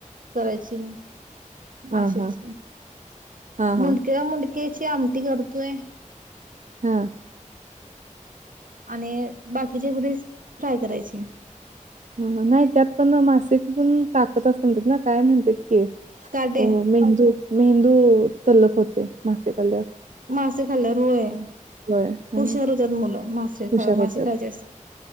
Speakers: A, on the right (about 85°); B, on the right (about 65°).
A: करायची.
B: हा
A: मासेच
B: हा
A: मुंडक्या
B: हा हा
A: मुंड क्याची आमटी करतोय.
B: हा.
A: आणि बाकीचे <unintelligible> फ्राय करायचे.
B: हह नाही त्यात पण मासेची पण ताकत असते म्हणतात ना काय म्हणत्यात
A: काटे
B: <unintelligible> मेंदू मेंह तु तल्लक होतय मासे खाल्यावर.
A: मासे खाल्ल्यावर होय
B: होय हा
A: हुशार होतात मुलं मासे
B: हुशार
A: खा
B: होतात
A: मासे खायचे असतात.